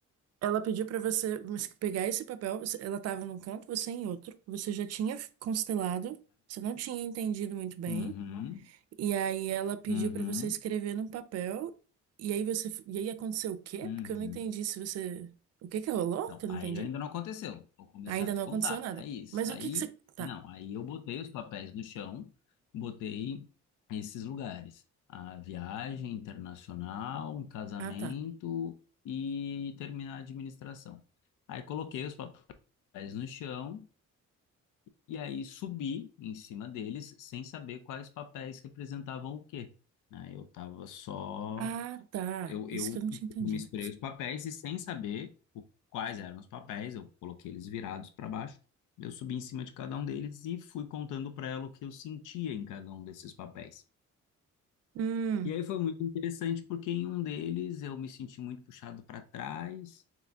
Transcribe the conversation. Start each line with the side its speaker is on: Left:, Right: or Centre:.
Right: ela pediu pra você mas que pegar esse papel, você- ela tava num canto, você em outro, você já tinha constelado, você não tinha entendido muito bem,
Left: Uhum,
Right: e aí ela pediu
Left: uhum,
Right: pra você escrever num papel, e aí você, e aí aconteceu o quê?
Left: uhum.
Right: Porque eu não entendi se você, o que que rolou?
Left: Então,
Right: Que eu
Left: aí
Right: não entendi.
Left: ainda não aconteceu. Vou começar
Right: Ainda
Left: a te
Right: não
Left: contar.
Right: aconteceu nada.
Left: É isso.
Right: Mas
Left: Aí,
Right: o que que você, tá.
Left: não, aí eu botei os papéis no chão, botei esses lugares. A viagem internacional, um casamento
Right: Ah, tá.
Left: e terminar a administração. Aí coloquei os papéis no chão e aí subi em cima deles sem saber quais papéis representavam o quê. né? Eu tava só
Right: Ah, tá.
Left: Eu, eu
Right: Isso que eu não tinha entendido.
Left: misturei os papéis e sem saber o- quais eram os papéis, eu coloquei eles virados para baixo. Eu subi em cima de cada um deles e fui contando para ela o que eu sentia em cada um desses papéis.
Right: Hum,
Left: E aí foi muito interessante porque em um deles eu me senti muito puxado para trás,